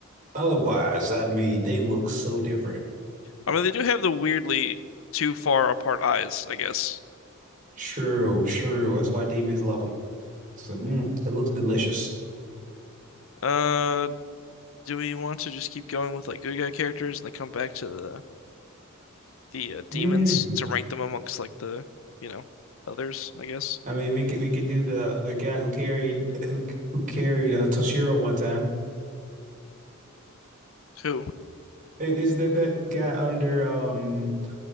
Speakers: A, on the right; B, on the left.
A: Otherwise, I mean, they look so different.
B: I mean, they do have the weirdly too far apart eyes, I guess.
A: True, true. That's why demons love them. So mm, it looks delicious.
B: Uh, do we want to just keep going with like good guy characters and then come back to the the uh, demons
A: Mm.
B: to rank them amongst like the you know others, I guess.
A: I mean, we could we could do the the guy who carried who who carried uh, Toshiro one time.
B: Who
A: I- Is that that guy under um?